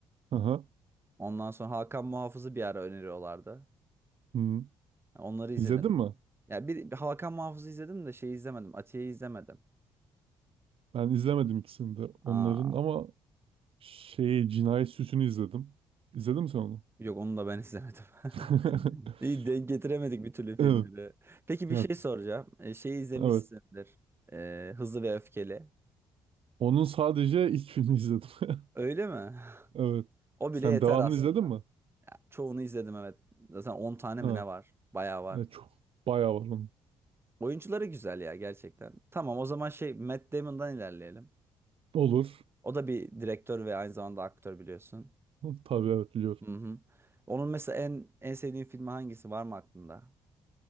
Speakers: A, on the right; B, on the right.
A: Aha.
B: Ondan sonra Hakan Muhafız'ı bir ara öneriyorlardı.
A: Hı. Hmm.
B: Onları izledim
A: İzledin
B: mi?
A: mi?
B: Ya bir, bir Hakan Muhafız'ı izledim de şeyi izlemedim. Atiye'yi izlemedim.
A: Ben izlemedim ikisini de.
B: Aa.
A: Onların ama şey Cinayet Süsü'nü izledim. İzledin mi sen onu?
B: Yok onu da ben izlemedim. <laughs>
A: <laughs>
B: İyi denk getiremedik bir türlü filmleri.
A: Evet.
B: Peki
A: Ya,
B: bir şey soracağım. E, şeyi izlemişsindir.
A: evet.
B: E, Hızlı ve Öfkeli.
A: Onun sadece ilk filmi izledim. <laughs>
B: Öyle mi? <laughs>
A: Evet.
B: O
A: Sen
B: bile yeter
A: devamını
B: aslında.
A: Evet. izledin mi?
B: Ya, çoğunu izledim evet. Zaten 10 tane
A: Ha.
B: mi ne var? Bayağı var.
A: Evet, çok bayağı var onun.
B: Oyuncuları güzel ya gerçekten. Tamam o zaman şey Matt Damon'dan ilerleyelim.
A: Olur.
B: O da bir direktör ve aynı zamanda aktör biliyorsun.
A: <laughs> Tabii evet biliyorum.
B: Hı hı. Onun mesela en en sevdiğin filmi hangisi var mı aklında?